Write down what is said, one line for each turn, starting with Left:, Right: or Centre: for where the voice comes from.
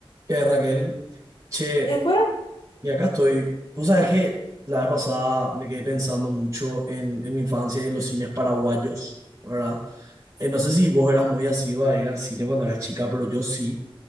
Right: Que Raquel, che,
Left: Y es por-
Right: y acá estoy. Tú sabes que la vez pasada me quedé pensando mucho en, en mi infancia y en los cines paraguayos, ¿verdad? Eh, no sé si vos eras muy asidua a ir al cine cuando eras chica, pero yo sí,